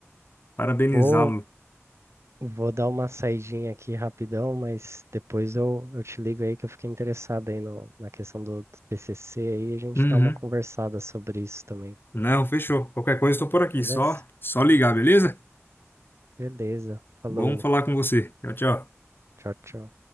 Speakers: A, on the left (about 45°); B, on the right (about 65°).
A: Parabenizá-lo.
B: vou Vou dar uma saidinha aqui rapidão, mas depois eu, eu te ligo aí que eu fiquei interessado aí no, na questão do, do TCC aí, a gente
A: Uhum.
B: dá uma conversada sobre isso também,
A: Não, fechou. Qualquer coisa, estou por aqui.
B: beleza?
A: Só, só ligar, beleza?
B: Beleza, falou,
A: Bom falar com você. Tchau, tchau.
B: tchau, tchau.